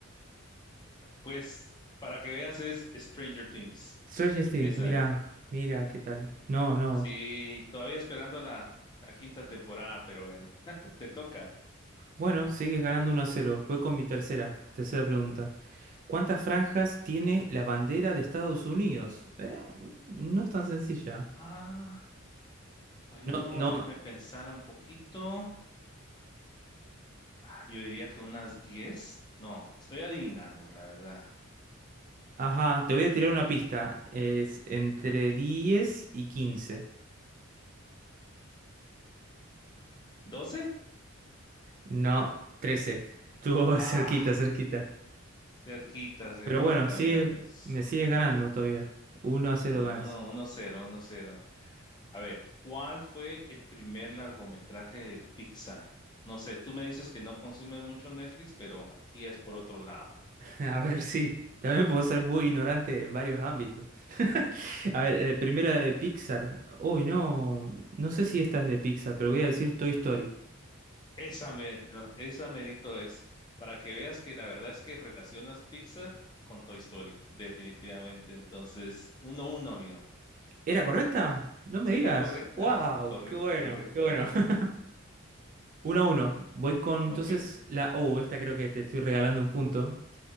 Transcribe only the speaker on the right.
Stranger Things,
mira,
mira, ¿qué tal? No, no.
Bueno, sigues ganando uno a cero. Voy con mi tercera, tercera pregunta. ¿Cuántas franjas tiene la bandera de Estados Unidos? Eh, no es tan sencilla.
No,
no.
Ajá, te voy a tirar una pista. Es entre 10 y 15.
No, 13. Estuvo
<laughs> cerquita, cerquita.
Pero bueno, sigue-
me sigues ganando todavía. Uno a cero
ganas.
<laughs> A ver, sí. También puedo ser muy ignorante en varios ámbitos. A ver, eh, primero era de Pixar. Uy, no, no sé si esta es de Pixar, pero voy a decir Toy Story.
¿Era correcta? No me
digas.
¡Wow!
¡Qué bueno!
¡Qué bueno! <laughs> Uno a uno. Voy con entonces
la... Oh, esta creo que te estoy regalando un punto.